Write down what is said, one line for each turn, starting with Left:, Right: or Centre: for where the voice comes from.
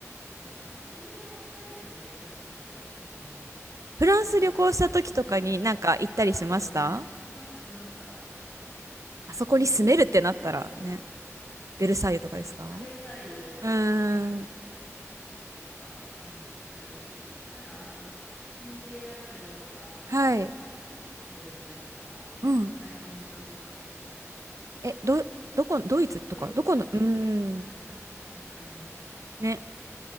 Left: や、あの宮殿は行きたいですね。確かに。私も。
Right: フランス旅行した時とかになんか行ったりしました
Left: お城うん、フラン。そうですよね。しました、しました。
Right: あそこに住めるってなったらね、
Left: なんだっけ、あそこの有名な。
Right: ベルサイユとかですか
Left: あベルサイユとか、
Right: うーん、
Left: はいはいはいはい。とかも行きたいし、なんかあの、シンデレラ城とか、
Right: はい。
Left: モデルになった、あのぐらいのお城とかも行きたい。
Right: うんえ、ど、どこ、ドイツとか、
Left: ドイツ、
Right: どこの、
Left: ドイツの、
Right: うーん、
Left: なんだ、何でしたっけ、なんかありますよね。
Right: ね、